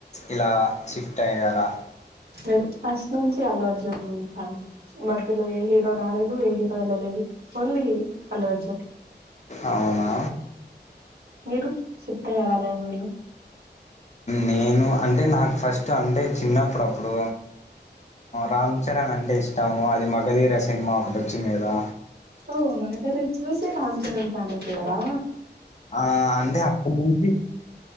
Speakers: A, on the left; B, on the right.
A: ఇలా షిఫ్ట్ అయ్యారా
B: లేదు ఫస్ట్ నుంచి అల్లు అర్జున్ ఫ్యాన్ మధ్యలో ఏ హీరో రాలేదు ఏ హీరో వెళ్ళలేదు ఓన్లీ అల్లు అర్జున్
A: అవునా
B: మీరు షిఫ్ట్ అయ్యారా అలా ఏమైనా
A: నేను అంటే నాకు ఫస్ట్ అంటే చిన్నప్పుడు అప్పుడు రామ్ చరణ్ అంటే ఇష్టము అది మగధీర సినిమా ఒకటి వచ్చింది కదా
B: ఓ మగధీరను చూసే రామ్ చరణ్ ఫ్యాన్ అయిపోయారా
A: ఆ అంటే అప్పటి నుంచి